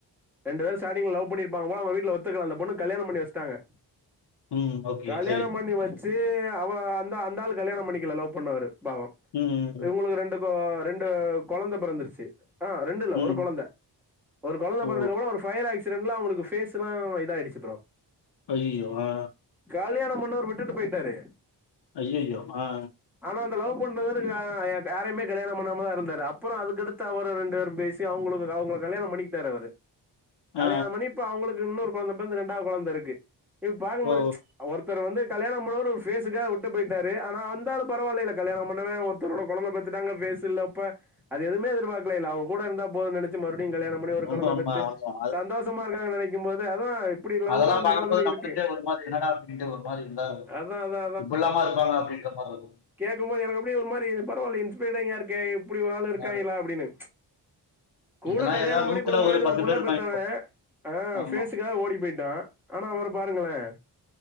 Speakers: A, in the centre; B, on the left (about 70°).
A: ரெண்டுபேரு சாட்டிங்லஸ லவ் பண்ணிருப்பாங்க போல அவ்க வீட்டுல ஒத்துக்கல அந்த பொண்ணுகு கல்யாணம் பண்ணி வச்சுடாங்க
B: ம் ஓகே
A: கல்யாணம்
B: சரி
A: பண்ணி வச் ட்டு அவ அந்த அந்தாள் கல்யாணம் பண்ணிக்கல லவ் பண்ணவரு பாவோ
B: ம் ம் ம்
A: இவ்ங்களுக்கு ரெண்டு இப்போ ரெண்டு கொழந்த பொறந்துருச்சி ஆ ரெண்டில்ல ஒரு
B: ம்
A: கொழந்த ஒரு கொழந்த
B: ஓ
A: பொறந்ததுக்கு அப்றோ பையர் ஆக்சிடென்ட்ல அவனுக்கு ஃபேஸ்லா இத ஆயிடிச்சி ப்ரோ
B: அய்யோ ஆ
A: கலியாணம் பன்னவரு விட்டுட்டு போய்ட்டாரு
B: அய்யயோ ஆ
A: ஆனா அந்த லவ் பண்ணவரு ஆ யாரையுமே கல்யாணம் பண்ணாம தா இருந்தாரு அப்புறோ அதுக்கடுத்து அவரு ரெண்டு பேரு பேசி அவ்ங்களுக்கு அவ்ங்கள கல்யாணம் பண்ணிக்கிட்டாரு அவரு
B: ஆ
A: கல்யாணம் பண்ணி இப்ப அவ்ங்களுக்கு இன்னொரு கொழந்த பெறந்து ரெண்டாவ்து கொழந்த இருக்கு இப்ப பாக்கும்போது
B: ஓ
A: ஒருத்தரு வந்து கல்யண பண்ணவரு ஒரு பேஸுக்கா விட்டு போய்ட்டாரு ஆனா அந்தாலு பரவாயில்லேல கல்யாணம் பண்ணவே ஒருத்தரோட கொழந்த பெத் இதுடாங்க பேஸ் இல்லப்ப அது எதுமே எதிர்பாக்கலிலே அவ கூட இருந்தா போது நினச் ச்சு மறுபடியு கல்யாணம் பண்ணி ஒரு கொழந்த
B: உண்ம உண்ம
A: பெத்து
B: ஆமா
A: சந்தோஷமா இருக்காங்க நினக்கும் போது அதா இப்டி லவ்லா
B: அதெல்லா
A: இந்த
B: பாக்கம்
A: காலத்துல
B: போது நம்மளுக்கே
A: இருக்கு
B: ஒரு மாரி என்னடா அப்டின்டு ஒரு மாரி இருந்தா இருக்கு
A: அதா அதா
B: இப்டில்லாமா இருப்பாங்க அப்டின்ற மாரி இருக்கு
A: கேக்கும் போது எனக்கு அப்டி ஒரு மாரி இருக்கு பரவால்ல இன்ஸ்பரிங்கா இருக்கு அப்டி ஒரு ஆள் இருக்காங்களா
B: ஆ
A: அப்டின்னு கூட
B: இதெல்லாம்
A: கல்யாணம்
B: ஏதா
A: பண்ணி குடும்ப நடத்தி ஒரு புள்ளா
B: பேர் இருப்பாய்ங்க
A: பெத்தவே
B: இப்போ.
A: ஆ
B: ஆமா.
A: ஃபேஸுக்காக ஓடி போயிட்டா ஆனா அவரு பாருங்களே